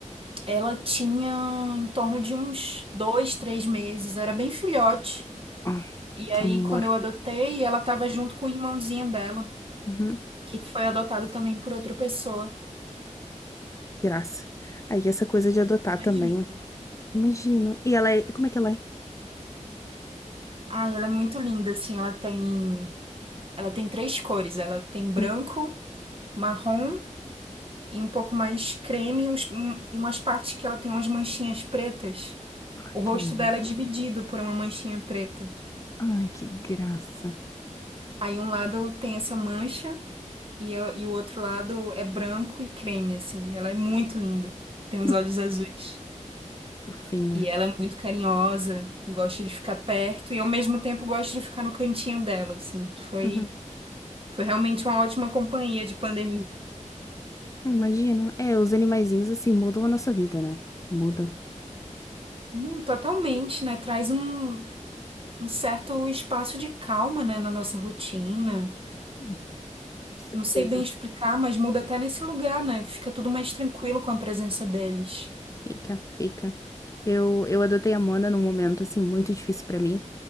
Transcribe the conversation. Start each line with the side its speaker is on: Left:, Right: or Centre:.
Right: Ela tinha em torno de uns dois, três meses, era bem filhote.
Left: Ah,
Right: E aí,
Left: que amor.
Right: quando eu adotei, ela estava junto com o irmãozinho dela,
Left: Uhum.
Right: que foi adotado também por outra pessoa.
Left: Graça. Aí essa coisa de
Right: É
Left: adotar
Right: a coisa mais
Left: também.
Right: linda.
Left: Imagino. E ela é. Como é que ela é?
Right: Ah, ela é muito linda, assim, ela tem, ela tem três cores, ela tem branco,
Left: Hum.
Right: marrom e um pouco mais creme, e uns- um- e umas partes que ela tem umas manchinhas pretas.
Left: Ai,
Right: O rosto
Left: que amor.
Right: dela é dividido por uma manchinha preta.
Left: Ai, que graça.
Right: Aí um lado tem essa mancha E, eu- e o outro lado é branco e creme, assim. Ela é muito linda. Tem os
Left: Hum,
Right: olhos azuis.
Left: Fofinha.
Right: E ela é muito carinhosa, gosta de ficar perto e ao mesmo tempo gosta de ficar no cantinho dela, assim. Foi,
Left: Uhum.
Right: foi realmente uma ótima companhia de pandemia.
Left: Imagino. É, os animaizinhos assim mudam a nossa vida, né? Mudam.
Right: Não, totalmente, né? Traz um, um certo espaço de calma, né, na nossa rotina.
Left: Hum, Com certeza.
Right: Não sei bem explicar, mas muda até nesse lugar, né? Fica tudo mais tranquilo com a presença deles.
Left: Fica, fica. Eu, eu adotei a Mona num momento assim muito difícil pra mim,